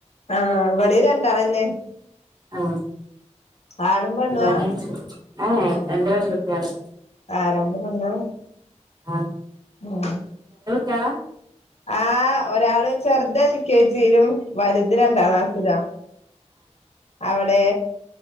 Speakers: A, on the left; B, on the right.
A: ആ ഇവിടെ രണ്ടാളന്നെ.
B: ആ
A: ആണും പെണ്ണുവാ
B: ഇവടെ ആ ഏ രണ്ട്പെൺകുട്ടികള്.
A: ആ രണ്ട് പെണ്ണാ?
B: ആ
A: ആ
B: ട്ട്യാള?
A: ആ ഒരാള് ചെറുതേൽക്കെജിലും വലുത് രണ്ടാം ക്ലാസിലാ അവടെ?